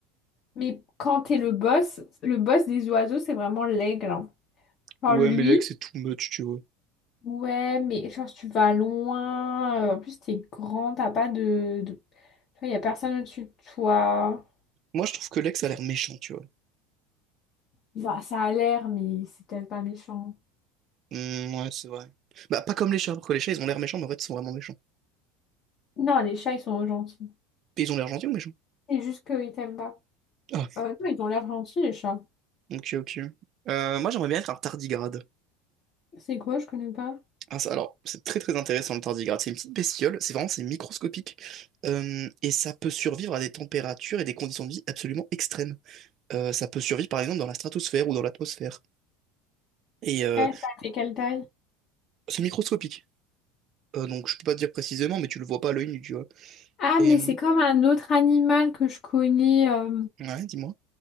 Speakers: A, on the left; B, on the right.
A: Mais quand t'es le boss, le boss des oiseaux, c'est vraiment l'aigle. hein. Genre
B: Ouais,
A: lui,
B: mais l'ex, c'est too much, tu vois.
A: ouais, mais genre tu vas loin. euh, En plus, t'es grand, t'as pas de, de... Tu vois, y a personne au-dessus de toi.
B: Moi, je trouve que l'ex a l'air méchant, tu vois.
A: Bah, ça a l'air, mais c'est peut-être pas méchant.
B: Hmm, ouais, c'est vrai. Bah, pas comme les chats, parce que les chats, ils ont l'air méchants, mais en fait, ils sont vraiment méchants.
A: Non, les chats, ils sont gentils.
B: Et ils ont l'air gentils ou méchants?
A: C'est juste qu'ils t'aiment pas.
B: Ah,
A: Euh, non, ils ont l'air gentils, les chats.
B: ok, ok. Euh, moi, j'aimerais bien être un tardigrade.
A: C'est quoi? Je connais pas.
B: Ah, ça, alors, c'est très très intéressant le tardigrade. C'est une petite bestiole, c'est vraiment, c'est microscopique. Euh, et ça peut survivre à des températures et des conditions de vie absolument extrêmes. Euh, ça peut survivre, par exemple, dans la stratosphère ou dans l'atmosphère. Et euh,
A: Eh, ça fait quelle taille?
B: c'est microscopique. Euh, donc, je peux pas te dire précisément, mais tu le vois pas à l'œil nu, tu vois.
A: Ah,
B: Et,
A: mais
B: euh,
A: c'est comme un autre animal que je connais. euh,
B: ouais, dis-moi.